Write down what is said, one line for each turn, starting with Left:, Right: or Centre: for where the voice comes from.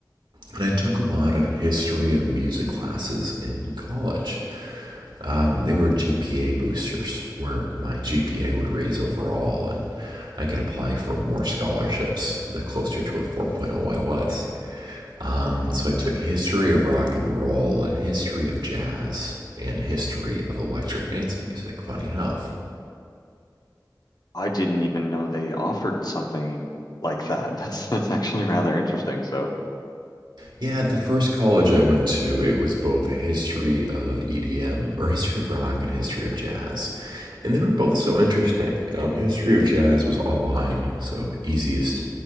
Right: and I took a lot of history of music classes in college. Um, they were GPA boosters, where my GPA would raise overall, and I could apply for more scholarships the closer to a 4.0 I was. Um, so I took history of rock and roll and history of jazz and history of electric dance music. Funny enough,
Left: I didn't even know they offered something like that. <laughs> That's that's actually rather interesting. So
Right: Yeah, at the first college I went to, it was both a history of EDM or history of rock and history of jazz. And they were both so interesting. Um, history of jazz was online, so easiest